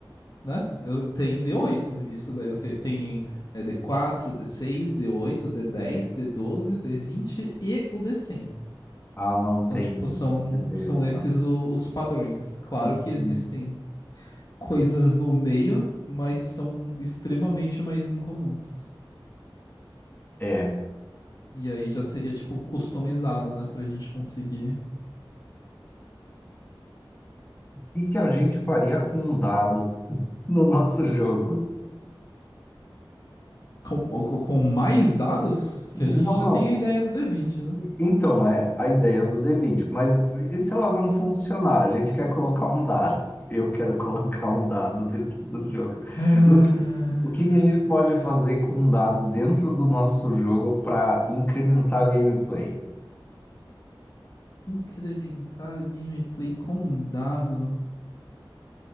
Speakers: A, on the left; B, on the left.
A: Né? Eu, tem d oito isso daí eu sei. Tem é, d quatro d seis d oito d dez d doze d vinte e o d cem
B: Ah, não
A: Então,
B: tem
A: tipo,
B: um
A: são,
B: d
A: são
B: quatro.
A: esses o- os padrões. Claro
B: Hum,
A: que existem coisas no meio, mas são extremamente mais incomuns.
B: É. O
A: E aí já seria, tipo, customizado, né? Pra gente conseguir.
B: que que a gente faria com um dado no nosso jogo?
A: Com, com com mais dados, que
B: Não,
A: a gente já
B: não.
A: tem a ideia do d vinte né?
B: Então, é a ideia do D20, mas e se ela não funcionar? A gente quer colocar um dado. <laughs> Eu quero colocar um dado dentro do jogo.
A: Ah,
B: O que, o que que a gente pode fazer com um dado dentro do nosso jogo para incrementar a gameplay?
A: Incrementar a gameplay com um dado.